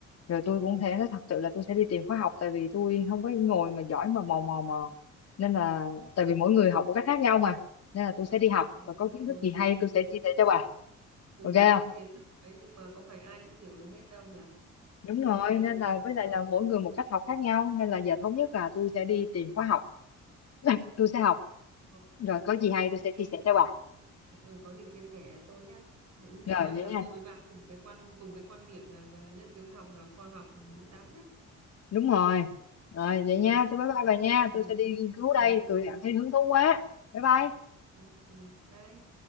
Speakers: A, on the left; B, on the right.
A: rồi tôi cũng thế thật sự là tôi sẽ đi tìm khóa học tại vì tôi không có ngồi mà giỏi mà mò mò mò nên là tại vì mỗi người học một cách khác nhau mà nên là tôi sẽ đi học
B: Ừ,
A: và có
B: đúng
A: kiến
B: rồi
A: thức gì hay
B: cùng
A: tôi sẽ chia sẻ cho bà
B: cùng
A: ok không
B: một cái kiến thức đấy nhưng mà có phải ai cũng hiểu được hết đâu nhỉ?
A: đúng rồi
B: Ok
A: nên
B: ok.
A: là với lại là mỗi người một cách học khác nhau nên là giờ thống nhất là tôi sẽ đi tìm khóa học <laughs> tôi sẽ học
B: Ờ,
A: rồi có gì hay
B: Ok,
A: tôi sẽ chia sẻ cho bà
B: ừ, ừ, có gì chia sẻ tôi nhá. Đấy, như
A: rồi
B: vậy
A: vậy
B: là
A: nha
B: tôi với bà cùng với quan cùng cái quan điểm là gọi là nhân tướng học là khoa học đúng đắn đấy.
A: đúng rồi rồi vậy nha
B: Ừ.
A: tôi bye bye bà nha
B: Rồi,
A: tôi sẽ đi
B: ok,
A: nghiên cứu
B: bye
A: đây
B: bà.
A: tôi cảm thấy hứng thú quá bye bye
B: Ok, bye.